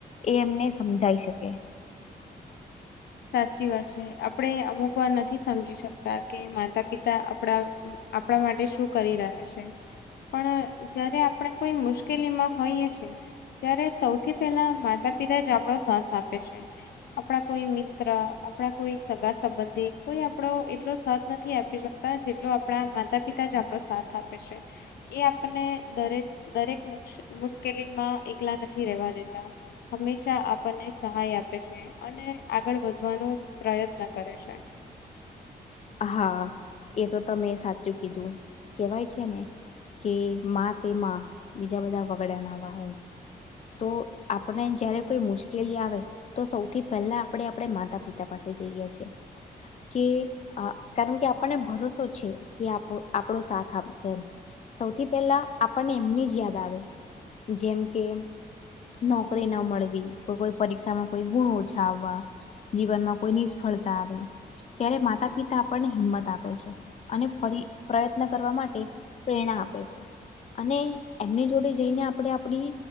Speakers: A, on the left (about 45°); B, on the left (about 80°).
A: એ એમને સમજાઈ શકે
B: <inaudible> સાચી વાત છે આપણે અમુક વાર નથી સમજી શકતા કે માતા પિતા આપણા આપણા માટે શું કરી રહ્યા છે પણ જયારે આપણે કોઈ મુશ્કેલીમાં હોઈએ છે ત્યારે સૌથી પહેલા માતા પિતા જ આપડો સાથ આપે છે આપણા કોઈ મિ ત્ર આપણા કોઈ સગા સંબંધી કોઈ આપડો એટલો સાથ નથી આપી શકતા જેટલો આપણા માતા પિતા જ આપડો સાથ આપે છે એ આપણને દરેક દરેક મૂકશે મુશ્કેલી મા એકલા નથી રેવા દેતા હંમેશા આપણને સહાય આપે છે અને આગળ વધવાનું પ્રયત્ન કરે છે
A: હા એ તો તમે સાચું કીધું કેવાય છે ને કે માં તે માં બીજા બધા વગડાના વા એમ તો આપને જયારે કોઈ મુશ્કેલી આવે તો સૌથી પહેલા આપડે આપડે માતા પિતા પાસ થઇ જઈએ છે કે અ કારણ કે આપણને ભરોસો છે કે આપડો આપડો સાથ આપશે એમ સૌથી પહેલા આપણને એમની જ યાદ આવે જેમ કે નોકરી ન મળવી કો કોઈ પરીક્ષામાં કોઈ ગુણ ઓછા આવવા જીવનમાં કોઈ નિષ્ફળ ફળતા આવે ત્યારે માતા પિતા આપણને હિંમત આપે છે અને ફરી પ્રયત્ન કરવા માટે પ્રેરણા આપે છે અને એમની જોડે જઈને આપડે આપડી